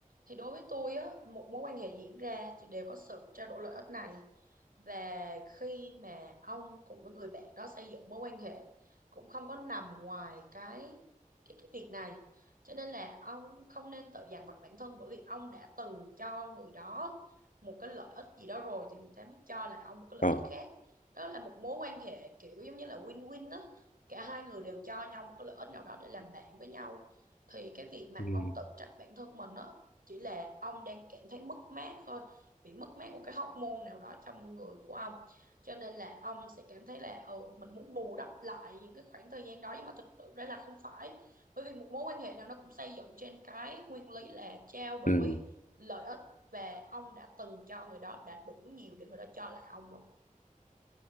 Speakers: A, on the right (about 85°); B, on the left (about 65°).
A: thì đối với tôi á một mối quan hệ diễn ra thì đều có sự trao đổi lợi ích này và khi mà ông cùng với người bạn đó xây dựng mối quan hệ cũng không có nằm ngoài cái cái cái việc này cho nên là ông không nên tự dằn vặt bản thân bởi vì ông đã từng cho người đó một cái lợi ích gì đó rồi thì người ta mới cho lại ông một cái lợi
B: ờ
A: ích khác đó là một mối quan hệ kiểu giống như là win-win đó cả hai người đều cho nhau một cái lợi ích nào đó để làm bạn với nhau thì cái việc mà
B: ừ.
A: ông tự trách bản thân mình đó chỉ là ông đang cảm thấy mất mát thôi bị mất mát một cái hormone nào đó trong người của ông cho nên là ông sẽ cảm thấy là ừ mình muốn bù đắp lại những cái khoảng thời gian đó nhưng mà thực sự đây là không phải bởi vì một mối quan hệ nào nó cũng xây dựng trên cái nguyên lý là trao đổi
B: ừ.
A: lợi ích và ông đã từng cho người đó đã đủ nhiều để người đó cho lại ông rồi